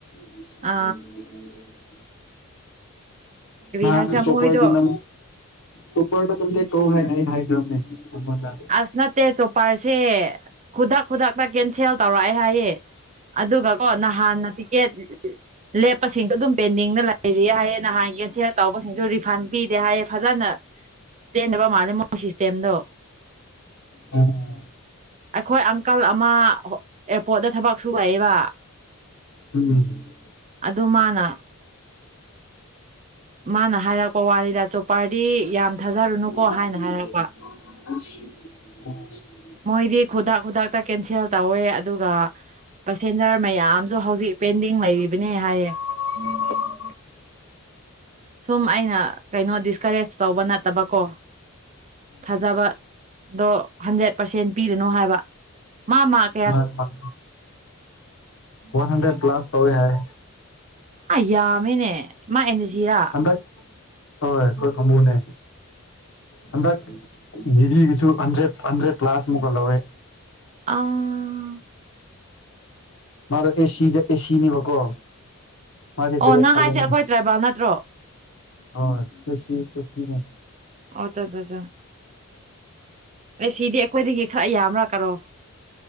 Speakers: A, on the left; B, on the right.
A: <inaudible>
B: ꯑ ꯀꯔꯤ
A: ꯅꯍꯥꯟ
B: ꯍꯥꯏꯁꯤꯔ
A: ꯆꯣꯄꯔꯒꯤ
B: ꯃꯣꯏꯗꯣ
A: ꯅꯝ ꯆꯣꯄꯔꯗ ꯀꯟꯇꯦꯛ ꯇꯧ ꯍꯥꯏꯅ ꯑꯩꯅ ꯍꯥꯏꯈꯔꯕꯅꯦ ꯅꯉꯣꯟꯗ
B: ꯑꯁ ꯅꯠꯇꯦ ꯆꫭꯄꯔꯁꯦ ꯈꯨꯗꯛ ꯈꯨꯗꯛ ꯗ ꯀꯦꯟꯁꯦꯜ ꯇꯧꯔꯛꯑꯦ ꯍꯥꯏꯌꯦ ꯑꯗꯨꯒ ꯀꯣ ꯅꯍꯥꯟꯅ ꯇꯤꯀꯦꯠ ꯂꯦꯞꯄꯁꯤꯡꯗꯣ ꯑꯗꯨꯝ ꯄꯦꯟꯗꯤꯡꯗꯥ ꯂꯩꯔꯤ ꯍꯥꯏꯌꯦ ꯅꯍꯥꯟ ꯀꯦꯟꯁꯦꯜ ꯇꯧꯕꯁꯤꯡꯗꯣ ꯔꯤꯐꯟ ꯄꯤꯗꯦ ꯍꯥꯏꯌꯦ ꯐꯖꯅꯥ ꯄꯦꯟꯗꯕ ꯃꯥꯜꯂꯦ ꯃꯣꯏ ꯁꯤꯁꯇꯦꯝꯗꯣ
A: ꯑꯥ
B: ꯑꯩꯈꯣꯏ ꯑꯪꯀꯜ ꯑꯃ ꯍꫭ ꯑꯦꯌꯥꯔꯄꯣꯔꯠꯇ ꯊꯕꯛ ꯁꯨꯨ ꯂꯩꯌꯦꯕ
A: ꯎꯝ꯫
B: ꯑꯗꯨ ꯃꯅꯥ ꯃꯅꯥ ꯍꯥꯏꯔꯛꯄ ꯋꯥꯅꯤꯗ ꯆꯣꯄꯔꯗꯤ ꯌꯥꯝ ꯊꯥꯖꯔꯨꯅꯨꯀꯣ
A: <inaudible>
B: ꯍꯥꯏꯅ ꯍꯥꯏꯔꯛꯄ ꯃꯣꯏꯗꯤ ꯈꯨꯗꯛ ꯈꯨꯗꯛꯇ ꯀꯦꯟꯁꯦꯜ ꯇꯧꯋꯦ ꯑꯗꯨꯒ ꯄꯦꯁꯦꯟꯖꯔ ꯃꯌꯥꯝꯁꯨ ꯍꯧꯖꯤꯛ ꯄꯦꯟꯗꯤꯡ ꯂꯩꯔꯤꯕꯅꯦ ꯍꯥꯏꯌꯦ
A: <inaudible>
B: ꯁꯨꯝ ꯑꯩꯅ ꯀꯩꯅꯣ ꯗꯤꯁꯀꯔꯦꯖ ꯇꯧꯕ ꯅꯠꯇꯕꯀꯣ ꯊꯥꯖꯕ ꯑꯗꯣ ꯍꯟꯗ꯭ꯔꯦꯠ ꯄꯥꯔꯁꯦꯟ ꯄꯤꯔꯨꯅꯨ ꯍꯥꯏꯕ ꯃꯥ ꯃꯥꯛ
A: one one one hundred plus ꯇꯧꯔꯦ ꯍꯥꯏ
B: ꯑꯥ ꯌꯥꯝꯃꯤꯅꯦ ꯃꯥ ꯑꯦꯟ ꯁꯤꯔꯥ
A: ꯍꯟꯗꯛ ꯍꯣꯏ ꯑꯩꯈꯣꯏ ꯀꯥꯡꯕꯨꯅꯦ ꯍꯟꯗꯛ ꯖꯤꯔꯤꯒꯤꯁꯨ ꯍꯟꯗ꯭ꯔꯦꯠ ꯍꯟ꯭ꯗ꯭ꯔꯦꯠ ꯀ꯭ꯂꯥꯁ ꯑꯃꯨꯛꯀ ꯂꯧꯋꯦ
B: ꯑꯥ
A: ꯃꯥꯗꯣ ꯑꯦꯁꯤꯗ ꯑꯦꯁꯤꯅꯦꯕꯀꯣ ꯃꯥꯗꯤ
B: ꯑꯣ
A: ꯗꯥꯏꯔꯦꯛ
B: ꯅꯪ
A: ꯈꯜꯂꯦꯅꯦ
B: ꯍꯥꯏꯁꯦ ꯑꯩꯈꯣꯏ ꯇ꯭ꯔꯥꯏꯕꯦꯜ ꯅꯠꯇ꯭ꯔꯣ
A: ꯍꯣꯏ ꯑꯦꯁꯤ ꯑꯦꯁꯤꯅꯦ
B: ꯑꯣꯆꯥꯠꯆꯥꯠꯆꯥ ꯑꯦꯁꯤꯗꯤ ꯑꯩꯈꯣꯏꯗꯒꯤ ꯈꯔ ꯌꯥꯝꯕ꯭ꯔꯥ ꯀꯠꯄ ꯑꫭꯐ